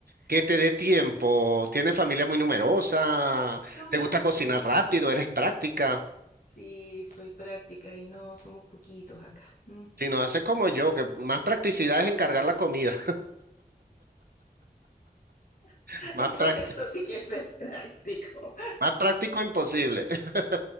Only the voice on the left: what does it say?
No,
no,
no.
Sí, soy práctica y no somos poquitos acá. Mm.
<laughs>
Eso,
eso sí que es ser <laughs> práctico.